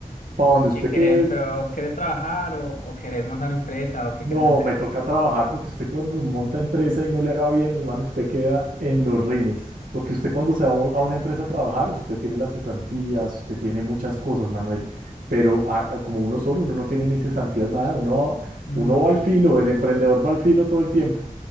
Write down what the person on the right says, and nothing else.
para donde usted
que es.
No,
me toca trabajar porque usted cuando monta empresa y no le va bien, hermano, usted queda en los rines. Porque usted cuando se va a u- a una empresa a trabajar, usted tiene las cesantías, usted tiene muchas cosas, Manuel. Pero a- a- como uno solo, uno no tiene ni cesantías, nada. Uno,
uno
va al filo, el emprendedor va al filo todo el tiempo.